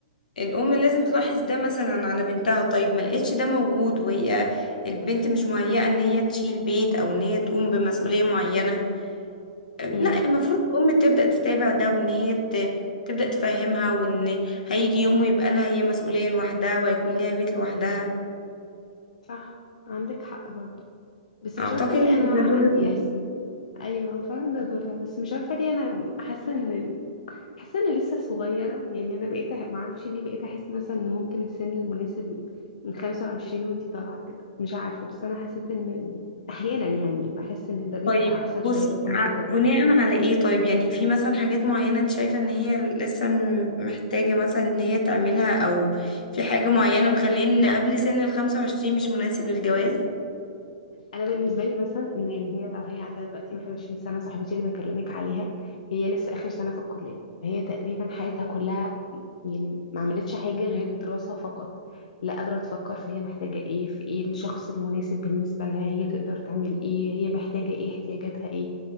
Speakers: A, on the left; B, on the left.
A: الام لازم تلاحظ ده مثلا على بنتها طيب ما لقيتش ده موجود وهي البنت مش مهيئه ان هي تشيل بيت او ان هي تقوم بمسؤوليه معينه لا
B: امم
A: المفروض الام تبدا تتابع ده وان هي ت- تبدا تفهمها وان هيجي يوم ويبقى لها هي مسؤوليه لوحدها وهيكون ليها بيت لوحدها
B: صح عندك حق برضو بس مش
A: اعتقد
B: عارفة ليه
A: ان
B: انا عندي
A: ده دور الام
B: إحس... ايوه هو فعلا ده دورها بس مش عارفه ليه انا حاسه ان حاسه اني لسه صغيره يعني انا بقيت أح... معرفش ليه بقيت احس مثلا ان ممكن السن المناسب من 25 وانتي طالعه كده مش عارفه بس انا حسيت ان احيانا يعني بحس ان ده بيبقى
A: طيب
B: احسن
A: بصي
B: شويه تكون
A: ع-
B: نضجت
A: بناء على ايه طيب يعني في مثلا حاجات معينة انت شايفة ان هي لسه م- محتاجة مثلا ان هي تعملها او في حاجة معينة مخليه ان قبل سن الخمسة وعشرين مش مناسب للجواز
B: انا بالنسبه لي مثلا ان يعني هي لو هي عندها دلوقتي 21 سنه صاحبتي اللي بكلمك عليها هي لسه اخر سنه في الكليه هي تقريبا حياتها كلها يعني ما عملتش حاجة غير دراسة فقط لا قادرة تفكر فهي محتاجة ايه في ايه الشخص المناسب بالنسبة لها هي تقدر تعمل ايه هي محتاجة ايه احتياجاتها ايه